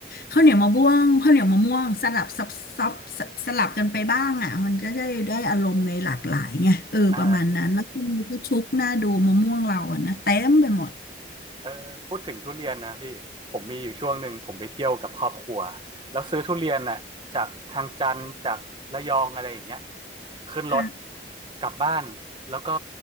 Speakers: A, on the left; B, on the right.
A: ข้าวเหนียวมะม่วงข้าวเหนียวมะม่วงสลับซับซับสสลับกันไปบ้างอะมันก็ได้ได้อารมณ์ในหลากหลายไงเออประมาณนั้นแล้วก็ชุกหน้าดูมะม่วงเราอะนะเต็มไปหมด
B: เออเออพูดถึงทุเรียนนะพี่ ผมมีอยู่ช่วงหนึ่งผมไปเที่ยวกับครอบครัว แล้วซื้อทุเรียนน่ะจากทางจันทร์จากระยองอะไรอย่างเงี้ยขึ้นรถ
A: ค่ะ
B: กลับบ้านแล้วก็